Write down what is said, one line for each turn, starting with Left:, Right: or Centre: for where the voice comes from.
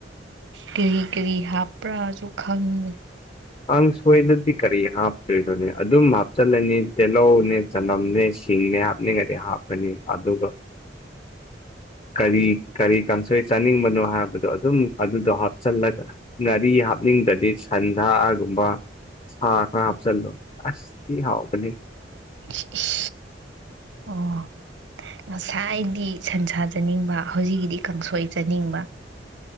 Right: ꯀꯔꯤ ꯀꯔꯤ ꯍꯥꯞꯄ꯭ꯔꯥꯁꯨ ꯈꯪꯗꯦ
Left: ꯑꯪ ꯁꯣꯏꯗꯗꯤ ꯀꯔꯤ ꯍꯥꯞꯇꯣꯏꯅꯣꯅꯦ ꯑꯗꯨꯝ ꯍꯥꯞꯆꯜꯂꯅꯤ ꯇꯤꯜꯍꯧꯅꯦ ꯆꯅꯝꯅꯦ ꯁꯤꯡꯅꯦ ꯍꯥꯞꯂꯤꯉꯗꯤ ꯍꯥꯞꯄꯅꯤ ꯑꯗꯨꯒ ꯀꯔꯤ ꯀꯔꯤ ꯀꯥꯡꯁꯣꯏ ꯆꯥꯅꯤꯡꯕꯅꯣ ꯍꯥꯏꯕꯗꯣ ꯑꯗꯨꯝ ꯑꯗꯨꯗꯣ ꯍꯥꯞꯆꯜꯂꯒ ꯉꯥꯔꯤ ꯍꯥꯞꯅꯤꯡꯗ꯭ꯔꯗꯤ ꯁꯟꯁꯥꯒꯨꯝꯕ ꯍꯥ ꯈꯔ ꯍꯥꯞꯁꯜ ꯑꯁ ꯍꯥꯎꯕꯒ
Right: ꯏꯁ ꯏꯁ ꯑꯣ ꯑꯣ ꯉꯁꯥꯏꯗꯤ ꯁꯟꯁꯥ ꯆꯥꯅꯤꯡꯕ ꯍꯧꯖꯤꯛꯀꯤꯗꯤ ꯀꯥꯡꯁꯣꯏ ꯆꯥꯅꯤꯡꯕ